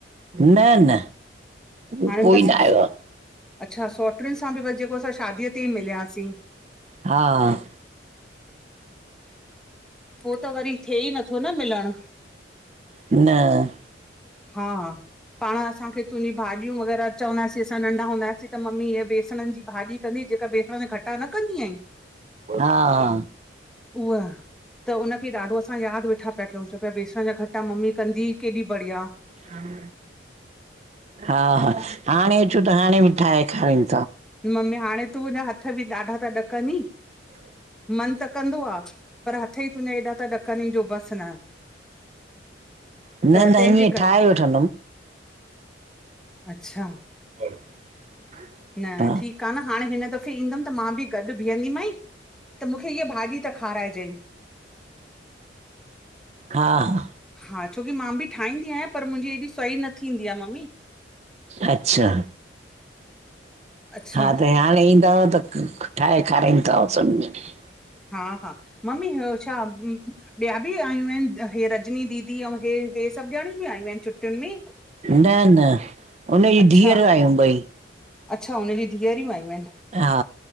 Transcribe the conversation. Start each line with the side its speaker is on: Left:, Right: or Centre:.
Right: न न उ
Centre: हाणे
Right: कोई
Centre: बसि
Right: न आयो आहे
Centre: अच्छा सोट्रिन सां बि बसि जेको असां शादीअ ते ई मिलियासीं
Right: हा
Centre: पो त वरी थिए ई नथो न मिलणु
Right: न
Centre: हा पाण असांखे तुंहिंजी भाॼियूं वग़ैरह चवंदासीं असां नंढा हूंदासीं त मम्मी इीअ बेसणनि जी भाॼी कंदी जेका बेसण गटा न कंदी आहीं
Right: हा हा
Centre: उहाह त उनखे ॾाढो असां यादि वेठा पिया कयूं च पियाेण बेसन जा गटा मम्मी कंदी केॾी बढ़िया
Right: हा हा हाणे अचूं त हाणे बि ठाहे खारनि
Centre: मम्मी हाणे तूं तुहिंजा हथ बि ॾाढा ता ॾकंदी मन त कंदो आहे पर हथ ई तुंहिंजे हेएॾा त ॾकनि ई जो बसि न
Right: न
Centre: त
Right: न
Centre: तंहिंजे
Right: ईअं
Centre: करे।
Right: ठाहे वठंदमि
Centre: अच्छा
Right: <inaudible>
Centre: न
Right: हा
Centre: ठीक आहे न हाणे हिन दफ़ो ईंदंमि त मां बि गॾु बीहंदी माई त मूंखे इीअ भाॼी त खाराइजइ।
Right: हा हा
Centre: हा छोकी मां बि ठाहींदी आहियां पर मुंहिंजी हेएॾी सई न थींदी आहे मम्मी
Right: अच्छा
Centre: अच्छा
Right: हा त हाणे ईंदव त ठाहे खाराईंदव सभनि खें
Centre: हा हा मम्मी छा ॿिया बि आयूं आहिनि इ रजनी दीदी ऐं हे हे सभु ॼणियूं बि आयूं आहिनि छुट्टियुनि में
Right: न न हुनजी
Centre: अच्छा
Right: धीअर आहियूं ॿई।
Centre: अच्छा हुनजी धीअरियूं आयूं आहिनि
Right: हा